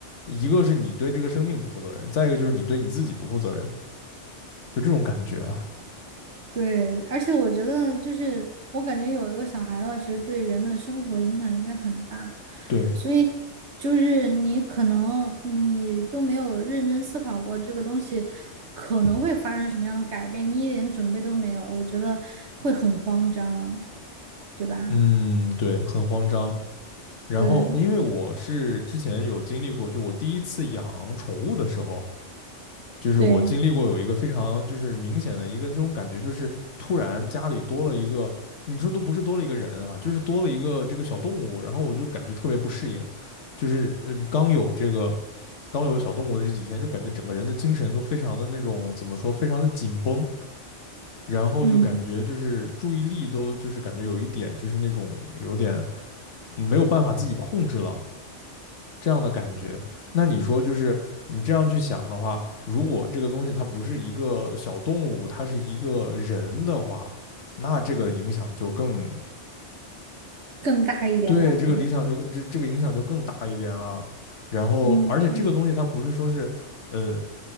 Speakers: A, on the left (about 80°); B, on the right (about 70°).
A: 一个是你对这个生命不负责任，再一个就是你对你自己不负责任，就这种感觉啊，
B: 对，而且我觉得就是，我感觉有一个小孩的话，其实对人的生活影响应该很大，
A: 对，
B: 所以就是你可能你都没有认真思考过这个东西可能会发生什么样的改变，你一点准备都没有，我觉得会很慌张，对吧？
A: 嗯对，很慌张。然后，
B: 对
A: 因为我是之前有经历过，就是我第一次养宠物的时候，就是我经历过有一个非常就是明显的一个这种感觉，
B: 对，
A: 就是突然家里多了一个，你说都不是多了一个人啊，就是多了一个这个小动物，然后我就感觉特别不适应，就是嗯刚有这个刚有小动物的这几天，就感觉整个人的精神都非常的那种怎么说，非常的紧绷，然后就感觉就是注意力都就是感觉有一点就是那种有点
B: 嗯，
A: 嗯没有办法自己控制了。这样的感觉。那你说，就是你这样去想的话，如果这个东西它不是一个小动物，它是一个人的话，那这个影响就更
B: 更大一点吧，
A: 对这个理想就这这个影响就更大一点了。然后，
B: 嗯嗯，
A: 而且这个东西它不是说是呃